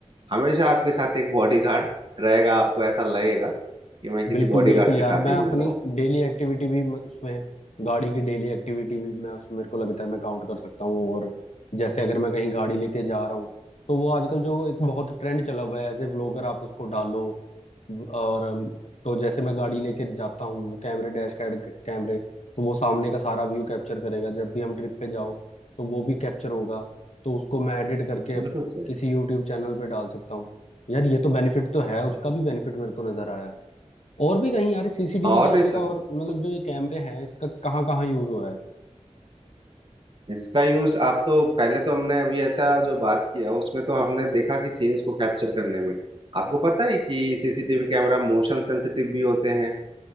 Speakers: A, on the right; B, on the left.
A: हमेशा आपके साथ एक बॉडीगार्ड रहेगा आपको ऐसा लगेगा कि मैं किसी
B: बिल्कुल
A: बॉडीगार्ड
B: बिल्कुल यार
A: के साथ
B: मैं
A: ही
B: अपनी
A: घूम रहा हूँ
B: डेली एक्टिविटी भी म- उसमें गाड़ी की डेली एक्टिविटी भी मैं उसमें मेरे को लगता है मैं काउंट कर सकता हूँ और जैसे अगर मैं कहीं गाड़ी लेके जा रहा हूँ तो वो आजकल जो एक बहुत ट्रेंड चला हुआ है एज ए व्लॉगर आप उसको डालो और अम, तो जैसे मैं गाड़ी लेके जाता हूँ कैमरे डैश कैड कैमरे तो वो सामने का सारा व्यू कैप्चर करेगा जब भी हम ट्रिप पे जाओ तो वो भी कैप्चर होगा तो उसको मैं एडिट करके
A: बिल्कुल सही
B: किसी यूट्यूब चैनल पे डाल सकता हूँ यार ये तो बेनिफिट तो है उसका
A: बिल्कुल
B: भी बेनिफिट
A: सही।
B: मेरे को नजर आया और भी कहीं यार सीसीटीवी
A: और
B: कैमरे
A: नहीं
B: का
A: तो
B: और
A: क्या
B: मतलब जो ये कैमरे हैं इसका कहाँ कहाँ यूज हो रहा है
A: इसका यूज आप तो पहले तो हमने अभी ऐसा जो बात किया उसमें तो हमने देखा कि सीन्स को कैप्चर करने में आपको पता है कि सीसीटीवी कैमरा मोशन सेंसिटिव भी होते हैं